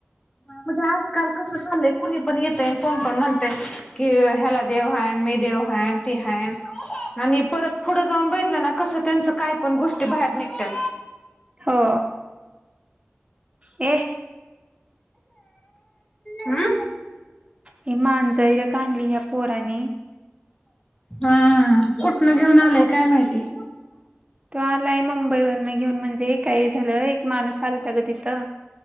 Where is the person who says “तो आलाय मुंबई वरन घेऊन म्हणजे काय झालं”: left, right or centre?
Right